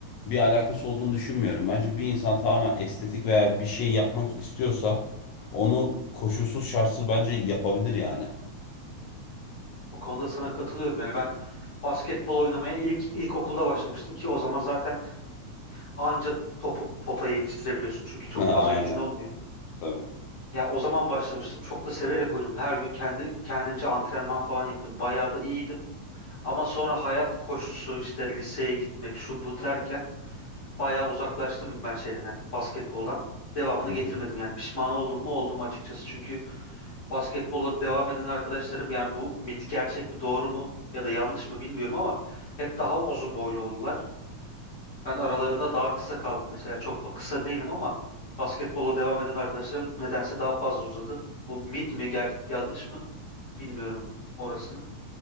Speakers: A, on the left; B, on the left.
A: bir alakası olduğunu düşünmüyorum. Bence bir insan tamamen estetik veya bir şey yapmak istiyorsa onu koşulsuz şartsız bence yapabilir yani.
B: Bu konuda sana katılıyorum. Yani ben basketbol oynamaya ilk ilkokulda başlamıştım ki o zaman zaten anca topu potaya yetiştirebiliyorsun. Çünkü çok
A: <laughs> Aynen
B: fazla gücün olmuyor.
A: tabii.
B: Ya o zaman başlamıştım. Çok da severek oynadım. Her gün kendi kendimce antrenman falan yapıyordum. Bayağı da iyiydim. Ama sonra hayat koşusu işte liseye gitmek şu bu derken bayağı uzaklaştım ben şeyden basketboldan. Devamını
A: Hı
B: getirmedim
A: hı.
B: yani pişman oldum mu oldum açıkçası. Çünkü basketbola devam eden arkadaşlarım yani bu mit gerçek mi doğru mu ya da yanlış mı bilmiyorum ama hep daha uzun boylu oldular. Ben aralarında daha kısa kaldım mesela. Çok fa- kısa değilim ama basketbola devam eden arkadaşlarım nedense daha fazla uzadı. Bu mit mi ger yanlış mı bilmiyorum orasını.